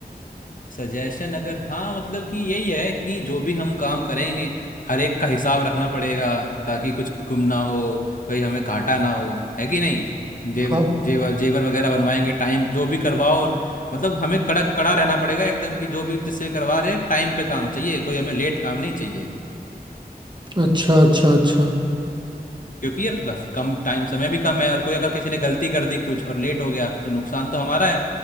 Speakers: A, on the left; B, on the right.
A: सजेशन अगर हाँ मतलब कि यही है कि जो भी हम काम करेंगे हर एक का हिसाब रखना पड़ेगा ताकि कुछ गुम ना हो कोई हमें घाटा ना हो है कि नहीं जेब
B: हाँ
A: जेवर जेवर वगैरह बनवाएंगे टाइम जो भी करवाओ और मतलब हमें कड़क कड़ा रहना पड़ेगा एकदम कि जो भी जिससे भी करवा रहे हैं टाइम पे काम चाहिए कोई हमें लेट काम नहीं चाहिए
B: अच्छा अच्छा अच्छा
A: क्योंकि यार रफ- कम टाइम समय भी कम है और कोई अगर किसी ने गलती कर दी कुछ और लेट हो गया तो नुकसान तो हमारा है